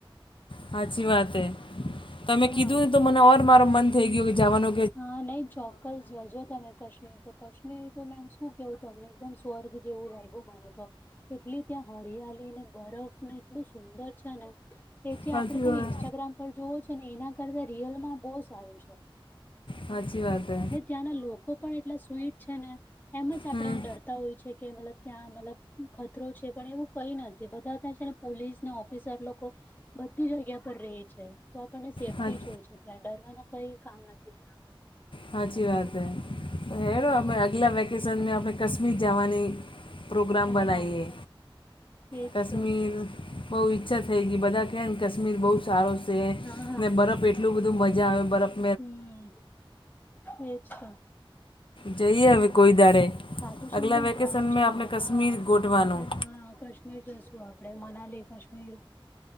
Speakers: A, on the left (about 65°); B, on the left (about 20°).
A: સાચી વાત હ તમે
B: હા.
A: કીધું ને તો મને ઓર મારો મન થઈ ગયો કે જવાનો
B: હા નેય ચોક્કસ જજો તમે કશ તો કાશ્મીર તો મે શું કેવું તમને એકદમ સ્વર્ગ જેવું લાગ્યું મને તો એટલે ત્યાં હરિયાલી ને બરફ ને એટલું સુંદર છે ને કે જે
A: સાચી
B: આપડે તમે
A: વાત
B: ઇન્સ્ટાગ્રામ પર જોવો છો ને એના કરતા રિયલમાં બહુ સારું છે.
A: સાચી વાત. હે
B: ને ત્યાંના લોકો પણ એટલા સ્વીટ છે ને એમ જ આપડે
A: હમ
B: એમ ડરતા. હોય છે કે મતલબ ત્યાં મતલબ ખતરો છે પણ એવું કઈ નથી બધા ત્યાં છે ને પોલીસના ઓફિસર લોકો બધી જગ્યા પર રહી છે. તો આપણને સેફ્ટી
A: હા
B: જ હોય છે ત્યાં ડરવાનું કઈ કામ નથી ત્યાં આપ.
A: સાચી વાત છે તો હેડો
B: હા
A: આપણે અગલા વેકેશન મે આપે કશ્મીર જવાની પ્રોગ્રામ
B: હા
A: બનાઈએ
B: એજ
A: કશ્મીર
B: તો
A: બહુ ઈચ્છા થઈ ગઈ બધા કે ને કાશ્મીર બહુ સારો છેને
B: હા હા
A: બરફે એટલો એટલું બધું મજા આવે બરફ
B: હમ એજ છે.
A: જઈએ હવે કોઈ દાડે
B: ખાટું શ્યામ
A: અગલા
B: પણ
A: વેકેશનમાં
B: જવાનું છે અમારે
A: આપણે કશ્મીર
B: હા
A: ગોઠવાનું
B: આપડે હા કાશ્મીર જ તો આપણે મનાલી કાશ્મીર